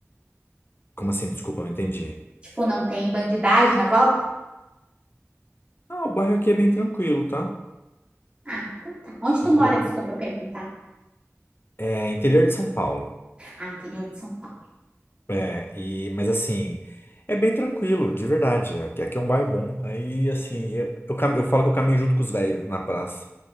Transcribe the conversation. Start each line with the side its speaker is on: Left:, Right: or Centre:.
Left: Como assim? Desculpa, não entendi.
Right: Tipo, não tem bandidagem na volta?
Left: Ah, o bairro aqui é bem tranquilo, tá?
Right: Ah, então tá. Onde tu
Left: Bem
Right: mora?
Left: tran-
Right: Desculpa perguntar.
Left: É interior de São Paulo.
Right: Ah, interior de São Paulo.
Left: É, e, mas assim, é bem tranquilo, de verdade. Aqui, aqui é um bairro bom. Aí, assim, eu, eu, cam- eu falo que eu caminho junto com os velhos na praça,